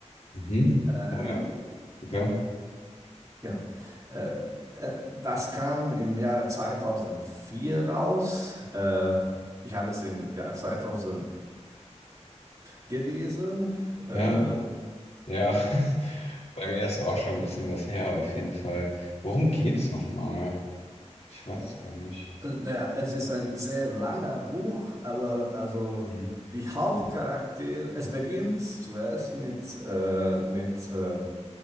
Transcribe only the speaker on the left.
Mhm.
Oh ja, okay.
Ja,
ja. <laughs> Bei mir ist auch schon ein bisschen was her, auf jeden Fall. Worum geht's nochmal? Ich weiß gar nicht.
Mhm.